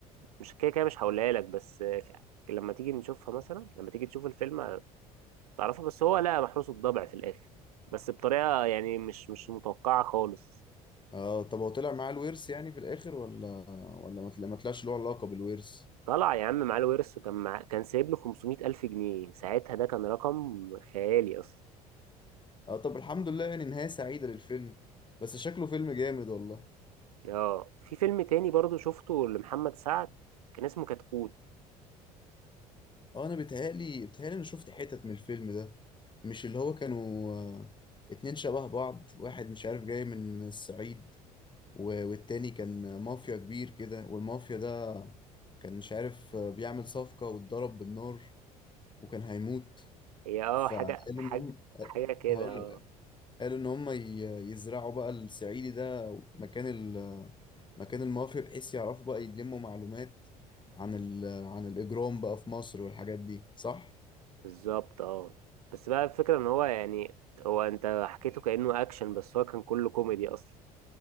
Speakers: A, on the right; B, on the left.
A: مش كده كده مش هقولها لك بس آه، لما تيجي نشوفها مثلا لما تيجي تشوف الفيلم تعرفها بس هو لا محروس الضبع في الاخر بس بطريقه يعني مش مش متوقعه خالص
B: اه طب هو طلع معاه الورث يعني في الاخر ولا ولا ما طلع- ما طلعش له علاقة بالورث
A: طلع يا عم معاه الورث وكان مع... كان سايب له 500 ألف جنيه ساعتها ده كان رقم خيالي أصلا
B: اه طب الحمد لله يعني نهاية سعيدة للفيلم بس شكله فيلم جامد والله
A: اه في فيلم تاني برضو شفته لمحمد سعد كان اسمه كتكوت
B: اه انا بيتهيألي بيتهيألي انا شفت حتت من الفيلم ده مش اللي هو كانوا آه، اتنين شبه بعض واحد مش عارف جاي من الصعيد و- والتاني كان مافيا كبير كده والمافيا ده كان مش عارف آه، بيعمل صفقة واتضرب بالنار وكان هيموت
A: هي اه
B: فقالوا
A: حاجة حاجة
B: إن هم
A: حاجة كده
B: هقول
A: اه
B: لك قالوا إن هم ي- يزرعوا بقى الصعيدي ده مكان ال... مكان المافيا بحيث يعرفوا بقى يلموا معلومات عن ال... عن الإجرام بقى في مصر والحاجات دي صح؟
A: بالظبط اه بس بقى الفكرة ان هو يعني هو انت حكيته كأنه اكشن بس هو كان كله كوميدي اصلا